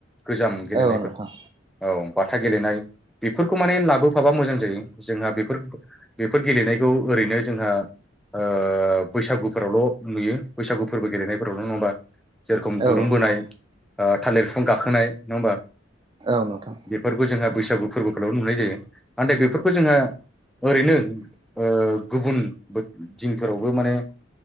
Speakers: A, in the centre; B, on the right.
A: गोजाम गेलेनायफोर
B: औ नोंथां
A: औ बाथा गेलेनाय बेफोरखौ माने लाबोफाबा मोजां जायो जोंहा बेफोर - बेफोर गेलेनायखौ ओरैनो जोंहा ओ बैसागुफोरावल' नुयो बैसागु फोरबो गेलेनायफोरावल' नङा होमबा जेरखम दुरुं
B: औ
A: बोनाय थालिर बिफां गाखोनाय नङा होमबा-
B: औ नोंथां
A: बेफोरखौ जोंहा बैसागु फोरबोखौल' नुनाय जायो नाथाय बेफोरखौ जोंहा ओरैनो अ गुबुन दिनफोरावबो माने-